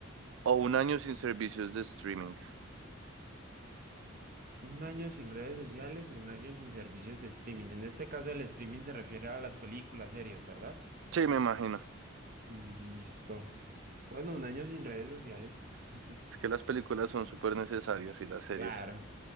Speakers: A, on the right; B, on the right.
A: o un año sin servicios de streaming?
B: Un año sin redes sociales o un año sin servicios de streaming. En este caso, el streaming se refiere a las películas, series, ¿verdad?
A: Sí, me imagino.
B: Listo. Bueno, un año sin redes sociales. <laughs>
A: Es que las películas son súper necesarias y las series.
B: Claro.